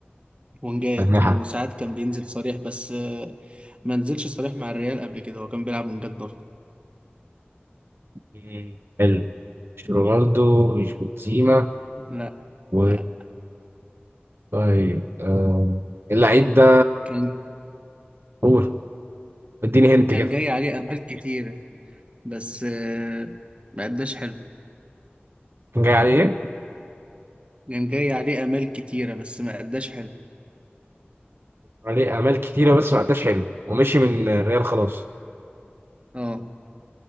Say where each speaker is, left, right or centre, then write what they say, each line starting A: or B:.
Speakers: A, on the right; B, on the right.
A: ونجات
B: أجنحة
A: وساعات كان بينزل صريح بس آه، ما نزلش صريح مع الريال قبل كده هو كان بيلعب ونجات برضه
B: مم. حلو مش رونالدو مش بنزيما
A: لا
B: و
A: لا
B: طيب آه... اللعيب ده
A: كان
B: قول اديني هنت
A: كان
B: كده
A: جاي عليه امال كتيرة بس آه، ما اداش حلو
B: كان جاي عليه ايه
A: كان جاي عليه امال كتيرة بس ما اداش حلو
B: عليه اعمال كتيره بس ما اداش حلو ومشي من الريال خلاص
A: اه